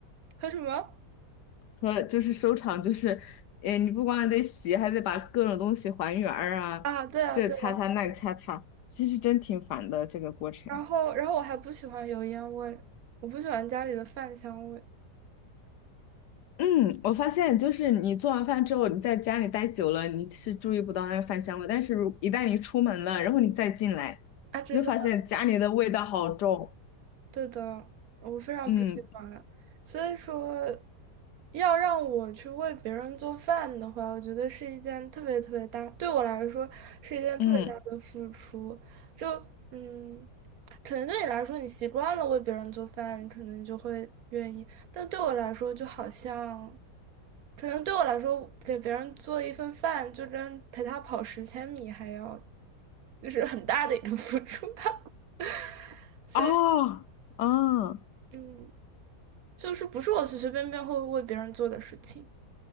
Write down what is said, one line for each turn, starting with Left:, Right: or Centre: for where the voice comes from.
Right: 还有什么？
Left: 和就是收场就是，哎，你不光得洗，还得把各种东西还原儿啊，
Right: 啊，对啊，
Left: 这擦擦那擦擦，
Right: 对啊。
Left: 其实真挺烦的这个过程。
Right: 然后，然后我还不喜欢油烟味，我不喜欢家里的饭香味。
Left: 嗯，我发现就是你做完饭之后，你在家里待久了，你是注意不到那个饭香味，但是如一旦你出门了，然后你再进来，
Right: 啊，真的。
Left: 你就发现家里的味道好重。
Right: 对的，我非常不喜欢。
Left: 嗯
Right: 所以说，要让我去为别人做饭的话，我觉得是一件特别特别大，对我来说是一件特别大的付出。
Left: 嗯，
Right: 就嗯，可能对你来说，你习惯了为别人做饭，你可能就会愿意。但对我来说，就好像，可能对我来说，给别人做一份饭，就跟陪他跑十千米还要，就是很大的一个付出吧。<laughs> 所以。
Left: 啊啊
Right: 嗯，就是不是我随随便便会为别人做的事情。